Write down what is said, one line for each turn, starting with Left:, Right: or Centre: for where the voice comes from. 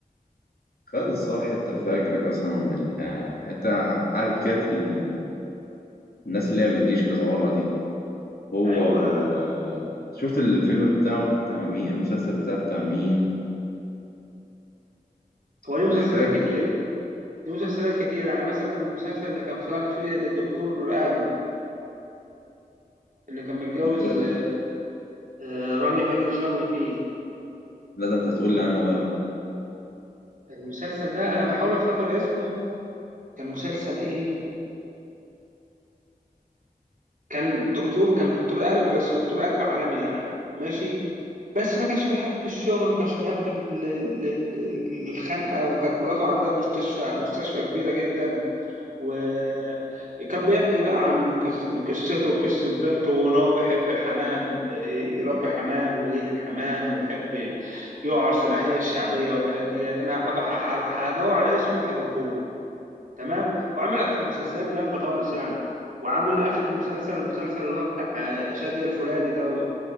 Left: خالد الصاوي حتة فجر قسما بالله حتة عارف كانت ال- الناس اللي هي ما بتجيش كذا مرة دي هو
Right: ايوه
Left: و آه، شفت الفيلم بتاعه بتاع مين المسلسل بتاعه بتاع مين
Right: هو ليه
Left: مش
Right: مسلسلات
Left: فاكر
Right: كتيره ليه مسلسلات كتيره يعني مثلا المسلسل اللي كان طالع فيه الدكتور قلب اللي كان متجوز
Left: دكتور
Right: آه، رانيا فريد شوقي فيه
Left: لا ده انت هتقول لي عنه بقى
Right: المسلسل ده انا بحاول افتكر اسمه كان مسلسل ايه كان دكتور كان دكتور قلب بس دكتور قلب عالمي يعني ماشي بس ما كانش بيحب الشغل ما كانش بيحب ال- ال- ال- الخنقه وكانت مراته عندها مستشفى مستشفى كبيره جدا وكان بيحكي بقى عن قص- قصته وقصه بنته وان هو بيحب الحمام إيه، يربي حمام ويجيه الحمام ويحب يقعد في الاحياء الشعبيه والحاجات ديت انا هب- هب- هدور على اسمه وهجيبهولك تمام وعمل في المسلسلات جامده خالص يعني وعامل اخر مسلسل المسلسل اللي هو بتاع آه، شادية الفلاني دوت